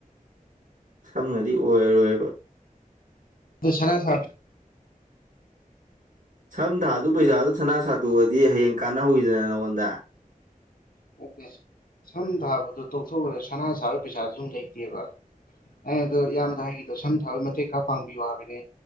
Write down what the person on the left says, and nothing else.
ꯑꯗꯨ ꯁꯅꯥ ꯁꯥ
ꯑꯣꯀꯦ ꯁꯝ ꯊꯥꯕꯗꯨ ꯇꯣꯛꯊꯣꯛꯎꯅꯦ ꯁꯅꯥ ꯁꯥꯅꯕ ꯄꯩꯁꯥꯁꯨ ꯂꯩꯇꯦꯕ ꯑ ꯑꯗꯣ ꯏꯌꯥꯝꯕꯗ ꯍꯥꯏꯈꯤꯗꯣ ꯁꯝ ꯊꯥꯕꯩ ꯃꯇꯦꯛ ꯈꯔ ꯄꯥꯡꯕꯤꯌꯨ ꯍꯥꯏꯕꯅꯦ